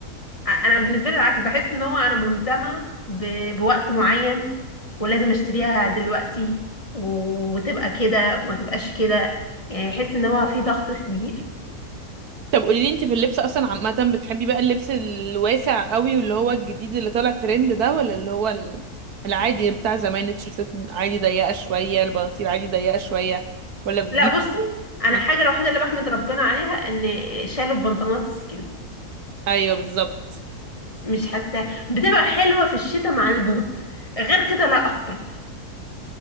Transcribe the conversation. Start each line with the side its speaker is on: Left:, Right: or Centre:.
Left: آه، أنا بالنسبة لي العكس بحس إن هو أنا ملزمة ب- بوقت معين ولازم أشتريها دلوقتي و- وتبقى كده وما تبقاش كده يعني بحس إن هو في ضغط كبير
Right: طب قولي لي انت في اللبس اصلا عامة بتحبي بقى اللبس الواسع قوي واللي هو الجديد اللي طالع ترند ده ولا اللي هو ال- العادي بتاع زمان التيشيرتات عادي ضيقة شوية البناطيل عادي ضيقة شوية ولا بتجيب
Left: لا بصي أنا
Right: م-
Left: الحاجة الوحيدة اللي بحمد ربنا عليها إن شالوا البنطلونات السكين
Right: ايوه بالظبط
Left: مش حاساه بتبقى حلوة في الشتاء مع البوت غير كده لا أقبل